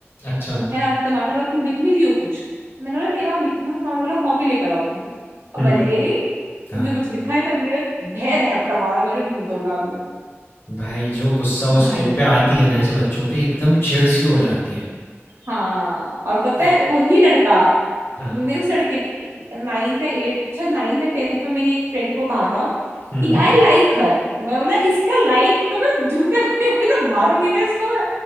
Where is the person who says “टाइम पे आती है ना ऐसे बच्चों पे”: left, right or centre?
Left